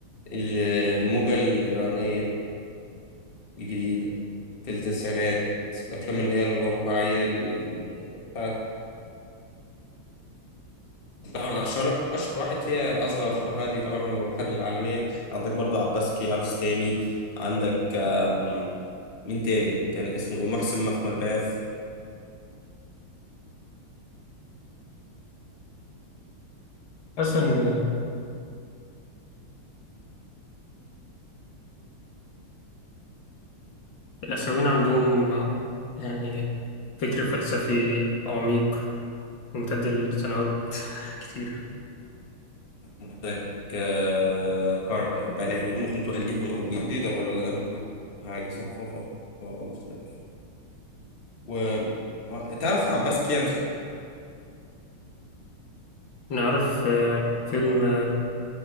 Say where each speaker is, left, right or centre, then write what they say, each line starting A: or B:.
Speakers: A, on the left; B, on the left.
A: ال- الموجة الإيرانية الجديدة في التسعينات الأفلام اللي هي الواقعية ال- بتاعت طبعا اشهر اشهر واحد فيها اصغر فرهادي طبعا هو اللي خد العالميه عندك برضو عباس كيارستامي عندك آم، مين تاني كان اسمه ايه محسن مخمل باف
B: حاسس ان الآسيويين عندهم آه، يعني فكر فلسفي عميق ممتد لسنوات <laughs> كتيرة
A: عندك آه، كار- بناهي ممكن تقال جدا وجديده برضه اهم حاجه ثقافه مختلفه و آه، تعرف عباس كيارستامي
B: نعرف آه، فيلم آه،